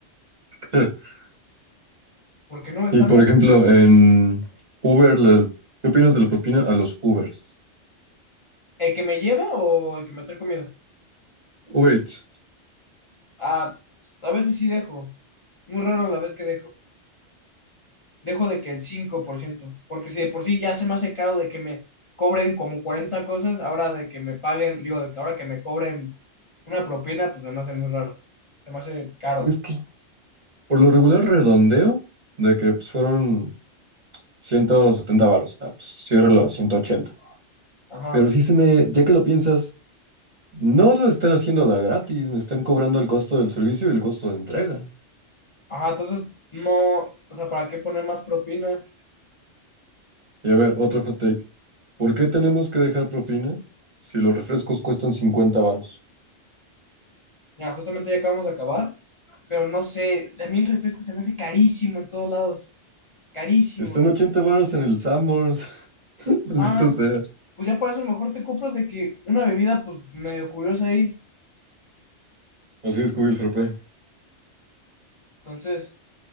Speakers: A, on the right (about 40°); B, on the left (about 40°).
A: <laughs>
B: Porque no, está
A: Y por
B: mal.
A: ejemplo, en Uber, la- ¿qué opinas de la propina a los Ubers?
B: ¿El que me lleva o el que me trae comida?
A: Uber Eats.
B: Ah, pues, a veces sí dejo. Muy raro la vez que dejo. Dejo de que el cinco por ciento Porque si de por sí ya se me hace caro de que me cobren como 40 cosas, ahora de que me paguen, digo, de que ahora que me cobren una propina, pues se me hace muy raro. Se me hace caro.
A: Es que por lo regular redondeo de que pues, fueron 170 varos. Ah, pues ciérralo a 180.
B: Ajá,
A: Pero sí se me, ya que lo piensas, no lo están haciendo de a gratis, me están cobrando el costo del servicio y el costo de entrega.
B: ajá, entonces no, o sea, ¿para qué poner más propina?
A: Y a ver, otro hot take. ¿Por qué tenemos que dejar propina si los refrescos cuestan 50 varos?
B: Ya, justamente ya acabamos de acabar, pero no sé, a mí el refresco se me hace carísimo en todos lados, carísimo.
A: Están 80 varos en el Sanborns. <laughs> Maldito
B: Ah,
A: sea.
B: pues ya para eso mejor te compras de que una bebida, pues medio curiosa ahí.
A: Así descubrí el frappé.
B: Entonces,